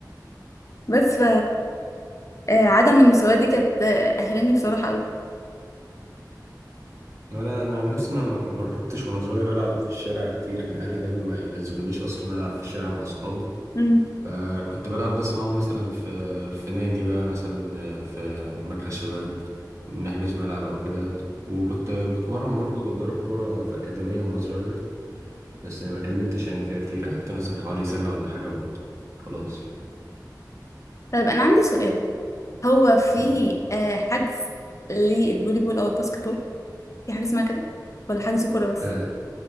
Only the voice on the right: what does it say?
وانا انا عن نفسي انا ما جربتش وانا صغير العب في الشارع كتير الاهلي دايما ما ينزلونيش اصلا العب في الشارع مع صحابي
فكنت بلعب بس معاهم مثلا في في نادي بقى مثلا في مركز شباب نحجز ملعب أو كده وكنت بتمرن برضو بتدرب كورة في أكاديمية وأنا صغير بس ما كملتش يعني فيها كتير قعدت مثلا حوالي سنة ولا حاجة وخلاص
مم.
أه